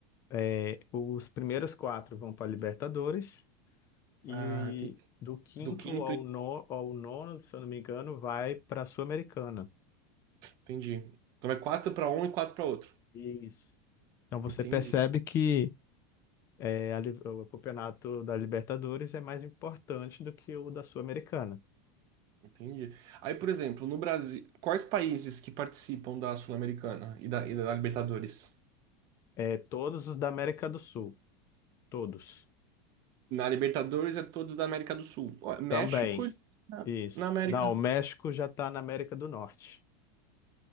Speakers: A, on the left (about 30°); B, on the right (about 40°).
A: É, os primeiros quatro vão para a Libertadores e,
B: Ah, entendi.
A: do quinto
B: Do quinto,
A: ao, no, ao nono, se eu não me engano, vai para a Sul-Americana.
B: entendi. Então, vai quatro para um e quatro para outro.
A: Isso. Então você
B: Entendi,
A: percebe que é, a li- o campeonato da Libertadores é mais importante do que o da Sul-Americana.
B: entendi. Aí, por exemplo, no Brasil, quais países que participam da Sul-Americana e da, e da Libertadores?
A: É, todos os da América do Sul, todos.
B: Na Libertadores é todos da América do Sul. Ó, México
A: Também,
B: na,
A: isso.
B: na América.
A: Não, o México já está na América do Norte.